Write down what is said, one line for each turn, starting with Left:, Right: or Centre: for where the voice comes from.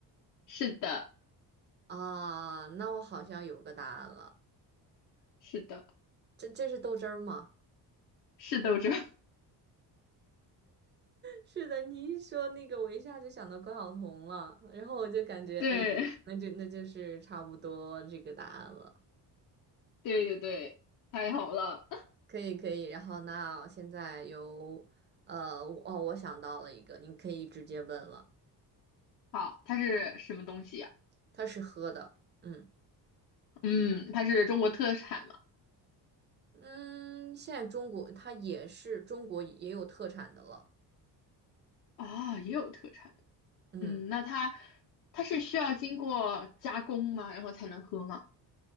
Left: <laughs> 是的，
Right: 啊那我好像有个答案了，
Left: 是的，
Right: 这这是豆汁儿吗？
Left: 是斗争，<laughs>
Right: 是的，你一说那个，我一下就想到关晓彤了，然后我就感觉，
Left: 对，
Right: 哎，那就那就是差不多这个答案了，
Left: 对对对，太好了。
Right: 可以可以。然后那现在由，呃，我哦，我想到了一个，你可以直接问了，
Left: 好，它是什么东西呀、
Right: 它是喝的，嗯
Left: 嗯，它是中国特产嘛？
Right: 嗯，现在中国它也是中国也有特产的了，
Left: 啊，也有特产的。
Right: 嗯。
Left: 嗯，那它它是需要经过加工吗？然后才能喝吗？